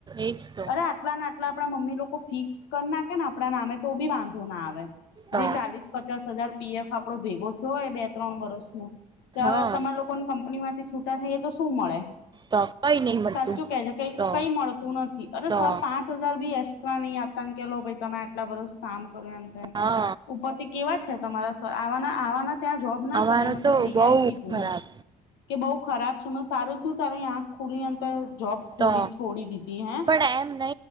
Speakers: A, on the right; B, on the left.
A: એજ તો
B: અરે આટલાને આટલા આપડા મમ્મી લોકો ફિક્સ કરી નાખે ને આપણા નામે તો બી વાંધો ના આવે
A: તો
B: જે ચાલીસ પચાસ હજાર પી એફ આપણો ભેગો થયો હોય બે ત્રણ વર્ષનો ત્યાં
A: હા
B: તમારા લોકોને કંપનીમાંથી છૂટા થઈ તો શું મળે
A: તો કઈ નહી મળતું
B: સાચું કે છે કઈ
A: તો
B: કઈ મળતું નથી અરે
A: તો
B: સર પાંચ હજાર બી એક્સ્ટ્રા નહીં આપતા ને કે લો ભાઈ તમે આટલા વરસ સુધી કામ કરે એમ તો એમ
A: હા
B: ઉપરથી કેવા છે તમારા આવાના આવાના ત્યાં જોબ ના
A: અમારો
B: કરે મને તો પ્રિયા
A: બહુ
B: એ કીધું
A: ખરાબ
B: કે બહુ ખરાબ છે મેં સારું તું તારી આંખ ખુલી અંતર જોબ ખોલી
A: તો
B: છોડી દીતી હૈ
A: પણ એમ